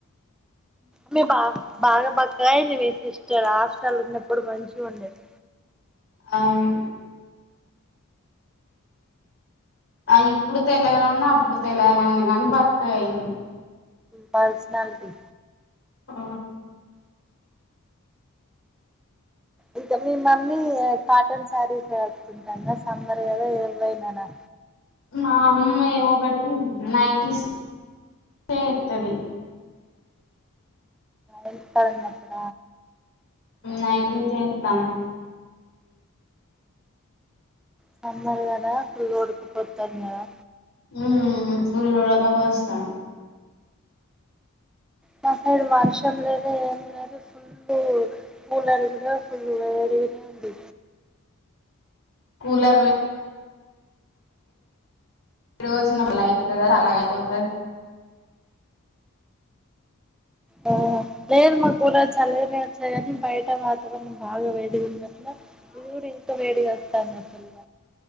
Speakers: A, in the centre; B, on the left (about 70°).
A: మీ బా. బాగా బక్కగైంది మీ సిస్టర్ హాస్టల్ ఉన్నప్పుడు మంచిగ ఉండేది.
B: అవును ఆ ఇప్పుడు తెల్లగానే ఉన్న అప్పుడు తెల్లగానే ఉన్నగానీ బక్కగయింది.
A: పర్సనాలిటీ
B: ఆ
A: ఇంకా మీ మమ్మీ ఏ కాటన్ సారీస్ కట్టుకుంటన్న సమ్మర్ కదా ఏవైననా
B: మా అమ్మె ఒకటి నైటిస్ ఏ ఏత్తది.
A: ఇంటి కాడున్నప్పుడ
B: నైటీస్ చేత్తాంది
A: సమ్మర్ గదా ఫుల్ ఉడుకపోతంది గదా
B: ఉ పుల్లోడక పోస్తాం
A: మ సైడ్ వర్షం లేదు ఏం లేదు ఫుల్ కూలర్ కూడా ఫుల్ వేడి తినండి
B: కూలర్ వె ఎడుకి వచ్చినళ్ళ అయితుంది సల్లగా అయిపోతది
A: ఆ లేర్ మకులర్ చలేచ్చని గని బయట వాతవరణం బాగా వేడిగుందా ఇది ఇంకా వేడిగా వస్తాను అసలు